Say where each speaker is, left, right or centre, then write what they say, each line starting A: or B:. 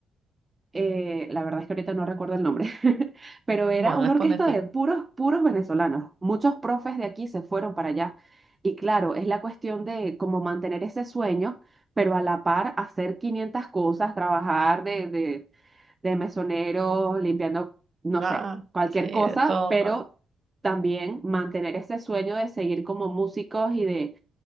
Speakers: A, on the right; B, on the right.
A: eh, la verdad es que ahorita no recuerdo el nombre, <laughs> pero
B: Bueno,
A: era una
B: después
A: orquesta
B: me fijo.
A: de puros, puros venezolanos. Muchos profes de aquí se fueron para allá. Y claro, es la cuestión de cómo mantener ese sueño, pero a la par hacer 500 cosas, trabajar de, de, de mesonero, limpiando, no
B: Ah,
A: sé, cualquier
B: sí, de
A: cosa,
B: todo,
A: pero
B: pero
A: también mantener ese sueño de seguir como músicos y de